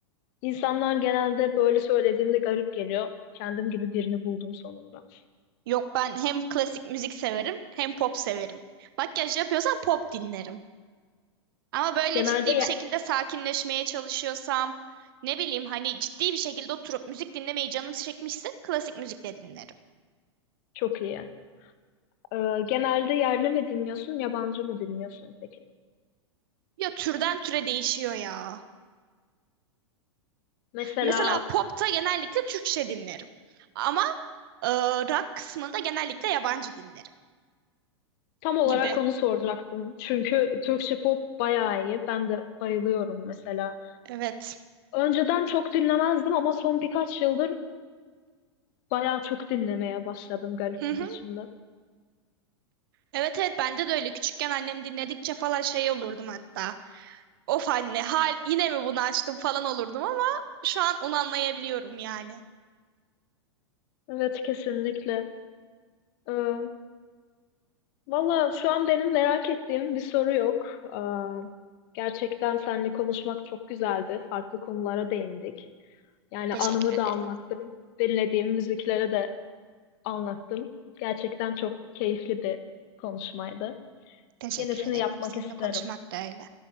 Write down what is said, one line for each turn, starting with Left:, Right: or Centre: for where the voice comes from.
Left: İnsanlar genelde böyle söylediğimde garip geliyor. Kendim gibi birini buldum sonunda.
Right: Yok ben hem klasik müzik severim hem pop severim. Makyaj yapıyorsam pop dinlerim. Ama böyle
Left: Genelde
Right: ciddi
Left: ye-
Right: bir şekilde sakinleşmeye çalışıyorsam ne bileyim hani ciddi bir şekilde oturup müzik dinlemeyi canım çekmişse klasik müzikle dinlerim.
Left: çok iyi. Ee, genelde yerli mi dinliyorsun, yabancı mı dinliyorsun peki?
Right: Ya türden türe değişiyor ya.
Left: Mesela
Right: Mesela popta genellikle Türkçe dinlerim. Ama e, rock kısmında genellikle yabancı dinlerim
Left: Tam olarak
Right: gibi.
Left: onu soracaktım. Çünkü Türkçe pop bayağı iyi. Ben de bayılıyorum mesela.
Right: Evet.
Left: Önceden çok dinlemezdim ama son birkaç yıldır bayağı çok dinlemeye başladım garip
Right: Hı
Left: bir
Right: hı.
Left: biçimde.
Right: Evet evet bende de öyle. Küçükken annem dinledikçe falan şey olurdum hatta. Of anne, hal yine mi bunu açtım falan olurdum ama şu an onu anlayabiliyorum yani.
Left: Evet kesinlikle. Ee, valla şu an benim merak ettiğim bir soru yok. Ee, gerçekten seninle konuşmak çok güzeldi. Farklı konulara değindik. Yani
Right: Teşekkür
Left: anımı
Right: ederim.
Left: da anlattım. Dinlediğim müziklere de anlattım. Gerçekten çok keyifli bir konuşmaydı.
Right: Teşekkür
Left: Yenisini
Right: ederim.
Left: yapmak
Right: Seninle
Left: isterim.
Right: konuşmak da öyle.